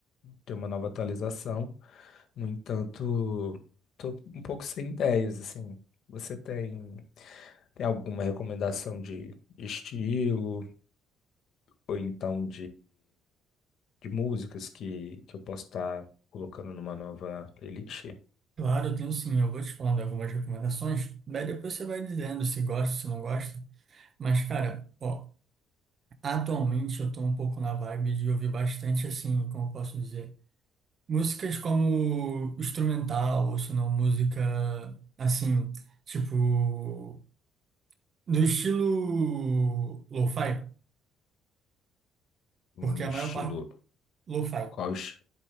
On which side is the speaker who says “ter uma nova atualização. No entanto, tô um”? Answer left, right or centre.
Left